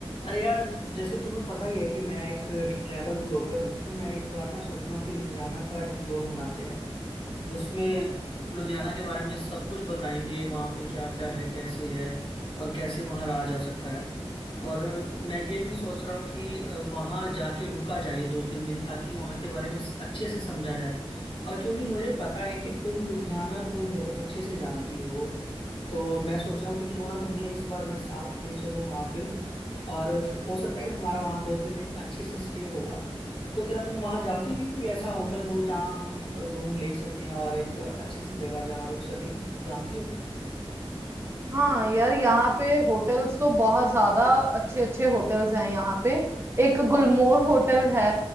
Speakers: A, on the left; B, on the right.
A: अरे यार जैसे तुम्हें पता ही है कि मैं एक ट्रैवल ब्लॉगर हूँ तो मैं इस बार ना सोच रहा हूँ कि लुधियाना का एक ब्लॉग बनाते हैं जिसमें लुधियाना के बारे में सब कुछ बताएंगे वहाँ पे क्या क्या है कैसे है और कैसे वहाँ रहा जा सकता है और मैं ये भी सोच रहा हूँ कि अ, वहाँ जाके रुका जाए दो तीन दिन ताकि वहाँ के बारे में अच्छे से समझा जाए और क्योंकि मुझे पता है कि तुम लुधियाना को बहुत अच्छे से जानती हो तो मैं सोच रहा हूँ कि क्यों ना तुम्हें इस बार मैं साथ ले चलूँ वहाँ पे और हो सकता है कि हमारा वहाँ दो तीन दिन अच्छे से स्टे होगा तो क्या तुम वहां जानती हो कि कोई ऐसा होटल हो जहां हम रूम ले सकें और एक अच्छी सी जगह जहां रुक सकें जानती हो
B: हाँ यार यहाँ पे होटल्स तो बहुत ज्यादा अच्छे अच्छे होटल्स हैं यहाँ पे एक गुलमोहर होटल है